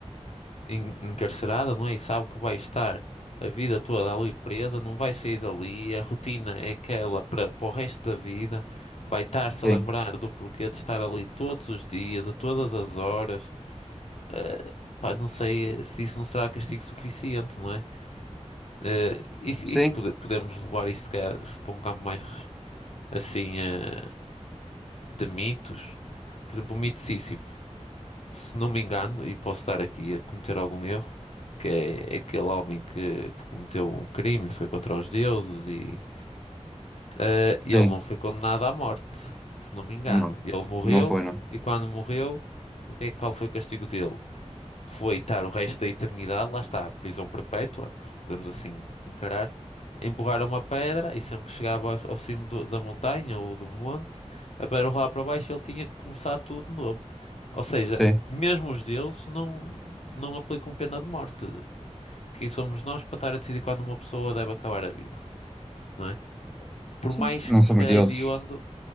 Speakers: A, on the left; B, in the centre.
A: en- encarcerada, não é? E sabe que vai estar a vida toda ali presa, não vai sair dali, a rotina é aquela para, para o resto da vida, vai estar-se
B: Sim,
A: a lembrar do porquê de estar ali todos os dias, a todas as horas. Eh, pá, não sei se isso não será castigo suficiente, não é? Eh, isso,
B: sim,
A: isso pode- podemos levar isso se calhar, se para um campo mais assim, eh, de mitos. Por exemplo, o mito de Sísifo. se não me engano, e posso estar aqui a cometer algum erro, que é aquele homem que cometeu um crime e foi contra os deuses e eh, ele
B: sim.
A: não foi condenado à morte, se não me engano.
B: Não,
A: Ele morreu
B: não foi, não.
A: e quando morreu, o que é, qual foi o castigo dele? Foi estar o resto da eternidade, lá está, prisão perpétua, podemos assim encarar, a empurrar uma pedra e sempre que chegava ao, ao cimo do- da montanha ou do monte, a pedra rolava para baixo, e ele tinha que começar tudo de novo. Ou seja,
B: Sim,
A: mesmo os deuses não, não aplicam pena de morte. Quem somos nós para estar a decidir quando uma pessoa deve acabar a vida, não é? Por
B: sim,
A: mais
B: não
A: que
B: somos
A: se calhar
B: deuses.
A: hediondo,